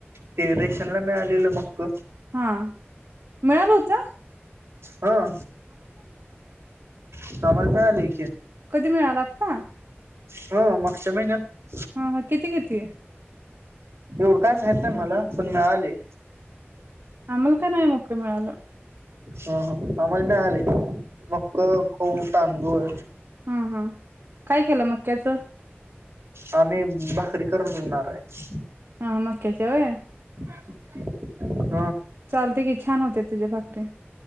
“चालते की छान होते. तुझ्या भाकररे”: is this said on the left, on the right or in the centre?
Right